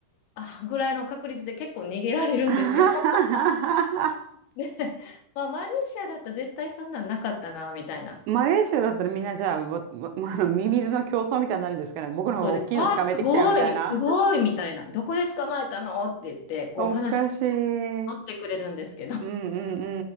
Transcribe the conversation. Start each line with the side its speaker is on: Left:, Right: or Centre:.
Left: あぐらいの確率で結構逃げられるんですよ。
Right: <laughs>
Left: <laughs> で、まあ、マレーシアだったら絶対そんなんなかったな、みたいな。
Right: マレーシアだったらみんなじゃあ、わわわ <laughs> ミミズの競争みたいになるんですかね。僕の方が大きいのつかめてきたよみたいな。
Left: そうです。ああ、すごい、すごい、みたいな。どこで捕まえたのって言って、
Right: <laughs>
Left: こう話に
Right: おかしい。
Left: 乗ってくれるんですけど。
Right: うんうん